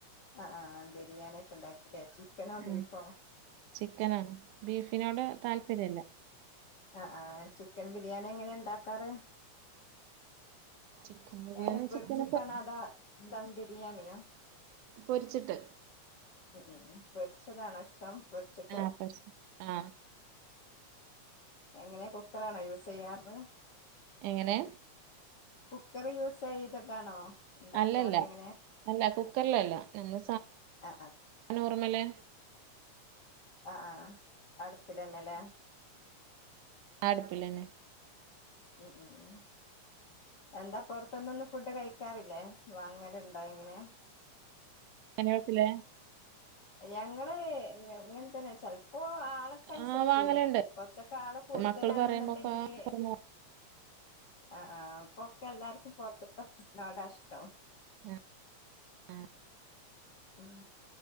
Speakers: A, on the left; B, on the right.
A: ആ, ബിരിയാണി ഒക്കെ ഉണ്ടാക്കില്ലേ ചിക്കനോ
B: ആഹ്
A: ബീഫോ
B: ചിക്കനാണ് ബീഫിനോട് താല്പര്യല്ല
A: ആ, ആ ചിക്കൻ ബിരിയാണി എങ്ങനെ ഉണ്ടാക്കാറ്.
B: ചിക്കൻ ബിരിയാണി
A: അയിനെ പൊരിച്ചിട്ടാണ്
B: ചിക്കന് പൊ
A: അതാ എന്താ ബിരിയാണിയോ
B: പൊരിച്ചിട്ട്
A: ഉം, പൊരിച്ചതാണോ ഇഷ്ടം പൊരിച്ചിട്ട്
B: ആ, ആ
A: എങ്ങനെ കുക്കറാണോ യൂസ് ചെയ്യാറ്
B: എങ്ങനെ
A: കുക്കർ യൂസ് ചെയ്തിട്ടാണോ ഇണ്ടാക്കാറ്
B: അല്ലല്ല
A: എങ്ങനെ
B: അല്ല കുക്കറിലല്ല നമ്മ
A: ആ, ആ
B: നോർമല്
A: ആ, ആ, അടുപ്പിലല്ല അല്ലേ
B: ആടുപ്പില്
A: ഉം ഉം എന്താ പൊറത്തൊന്നൊന്നും ഫുഡ് കഴിക്കാറില്ലേ അങ്ങന <unintelligible>
B: കറി വെക്കില്ലേ
A: ഞങ്ങളെ ഇങ്ങനെ തന്നെ ചെ ഓ ആളൊക്കെ അനുസരിച്ച്
B: ആഹ് വാങ്ങലുണ്ട്
A: കൊറച്ചൊക്കെ ആള് കൂടുതലാണെന്നുണ്ടെങ്കില്
B: മക്കള് പറയുമ്പോക്കെ <unintelligible>
A: ആ, ആ ഇപ്പൊക്കെ എല്ലാർക്കും പുറത്തത്തെ ഫുഡിനോടാ ഇഷ്ടം.
B: ഉം, ഉം,
A: ഉം